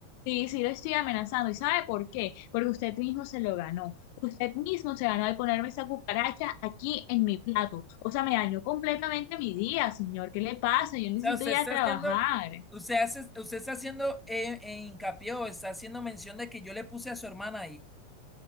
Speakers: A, on the left (about 45°); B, in the centre.
A: Sí, sí lo estoy amenazando. ¿Y sabe por qué? Porque usted mismo se lo ganó. Usted mismo se ganó al ponerme esa cucaracha aquí en mi plato. O sea, me dañó completamente mi día, señor. ¿Qué le pasa? Yo necesito
B: sea, usted
A: ir
B: está
A: a trabajar.
B: haciendo, usted hace- usted está haciendo eh, eh, hincapié o está haciendo mención de que yo le puse a su hermana ahí.